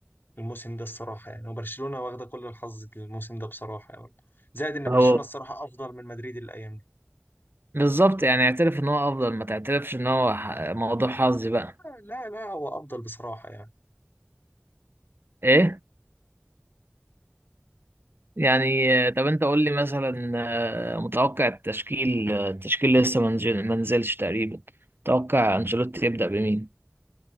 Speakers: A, on the left; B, on the right.
A: الموسم ده الصراحه يعني وبرشلونه واخده كل الحظ الموسم ده بصراحه يعني زائد ان
B: هو
A: برشلونه الصراحه افضل من مدريد الايام دي
B: بالظبط يعني اعترف ان هو افضل ما تعترفش ان هو ح- موضوع حظي بقى
A: لا لا لا، هو افضل بصراحه يعني
B: ايه يعني آه، طب انت قول لي مثلا آه، متوقع التشكيل آه، التشكيل لسه ما نزل- ما نزلش تقريبا متوقع انشيلوتي يبدأ بمين